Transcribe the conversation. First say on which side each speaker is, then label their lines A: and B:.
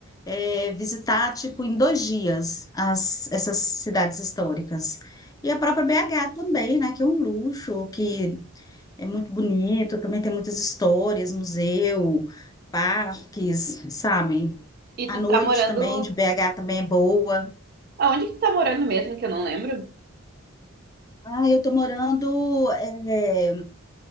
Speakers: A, on the left (about 20°); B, on the right (about 50°).
A: é, visitar, tipo, em dois dias as, essas cidades históricas. E a própria BH também, né? Que é um luxo, que é muito bonito, também tem muitas histórias, museu, parques, sabe?
B: e
A: A
B: tu
A: noite
B: tá morando.
A: também de BH também é boa.
B: Aonde que tu tá morando mesmo, que eu não lembro?
A: Ah, eu tô morando é,